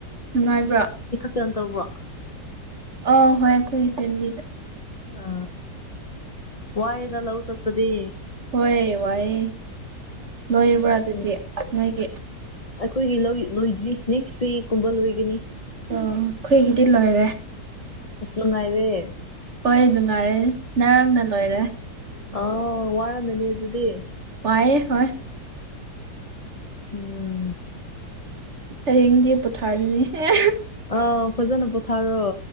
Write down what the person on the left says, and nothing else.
ꯈꯤꯇ ꯇꯧꯕ꯭ꯔꯣ
ꯑ ꯋꯥꯏꯗ ꯂ ꯆꯠꯄꯗꯤ
ꯎꯝ
ꯑꯩꯈꯣꯏꯒꯤ ꯂꯣꯏꯗ꯭ꯔꯤ ꯅꯦꯛꯁ ꯋꯤꯀꯨꯝꯕ ꯂꯣꯏꯒꯅꯤ
ꯑꯁꯅꯉꯥꯏꯥꯏꯗꯦ
ꯑꯥꯎ ꯋꯥꯔꯝꯃꯅꯤ ꯑꯗꯨꯗꯤ
ꯎꯝ
ꯑꯥꯎ ꯐꯖꯅ ꯄꯣꯊꯥꯔꯣ